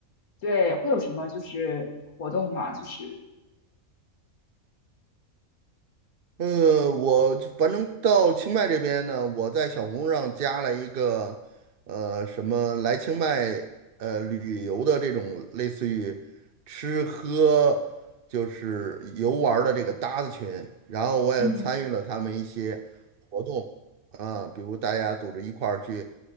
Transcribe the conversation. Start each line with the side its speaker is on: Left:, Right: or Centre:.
Left: 对，会有什么就是活动吗？就是
Right: 呃，我反正到清迈这边呢，我在小红书上加了一个，呃，什么来清迈呃旅游的这种类似于吃喝就是游玩儿的这个搭子群，然后我也参与了他们一些活动啊，
Left: 嗯
Right: 比如大家组织一块儿去